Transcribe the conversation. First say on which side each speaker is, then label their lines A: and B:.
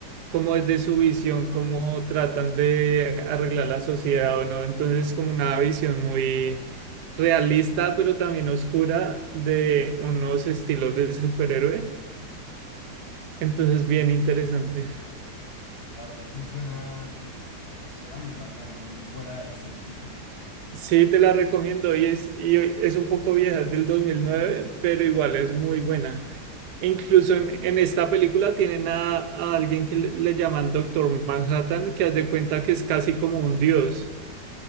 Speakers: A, on the right; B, on the left.
A: como desde su visión, cómo tratan de arreglar la sociedad o no. Entonces es como una visión muy realista, pero también oscura de unos estilos de superhéroe. Entonces bien interesante.
B: La verdad sí suena, suena muy bacana, muy fuera del estereotipo.
A: Sí, te la recomiendo y es, y es un poco vieja, es del 2009 pero igual es muy buena. Incluso en, en esta película tienen a, a alguien que le, le llaman Doctor Manhattan, que haz de cuenta que es casi como un dios.